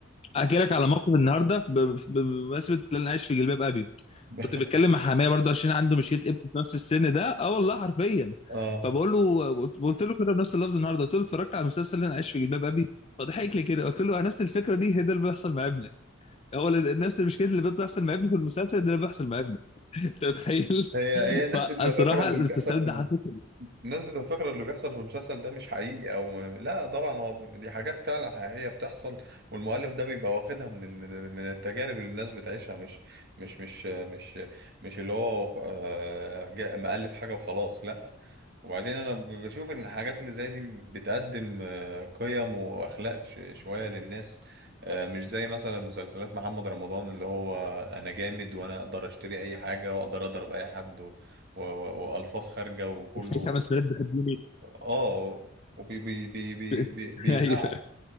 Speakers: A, on the left; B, on the right.
A: احكي لك على موقف النهارده ب- ب- بمناسبه ان انا عايش في جلباب ابي
B: <laughs>
A: كنت بتكلم مع حماية برضه عشان عنده مشيت ابن في نفس السن ده اه والله حرفيا
B: اه
A: فبقول له قلت له كده بنفس اللفظ النهارده قلت له اتفرجت على المسلسل اللي انا عايش في جلباب ابي فضحك لي كده قلت له نفس الفكره دي هي ده اللي بيحصل مع ابنك هو ال- نفس المشكله اللي بتحصل مع ابنك في المسلسل ده اللي بيحصل مع ابنك انت متخيل
B: هي
A: <laughs>
B: هي الناس
A: فالصراحه
B: بتبقى فاكره ان
A: المسلسل
B: اللي بيحصل في
A: ده حرفيا
B: الناس بتبقى فاكرة اللي بيحصل في المسلسل ده مش حقيقي او ما... لا طبعا هو بي... دي حاجات فعلا حقيقية بتحصل والمؤلف ده بيبقى واخدها من ال... من من التجارب اللي الناس بتعيشها مش مش مش مش مش اللي هو آه، جا... مؤلف حاجة وخلاص لا وبعدين انا ب- بشوف ان الحاجات اللي زي دي بتقدم آه، قيم واخلاق ش... شوية للناس آه، مش زي مثلا مسلسلات محمد رمضان اللي هو انا جامد وانا اقدر اشتري اي حاجة واقدر اضرب اي حد و... و... و- والفاظ خارجه وكله
A: في خمس بنات بيحبوني
B: اه وبي بي بي بي
A: <laughs>
B: بي بيزعق
A: ايوه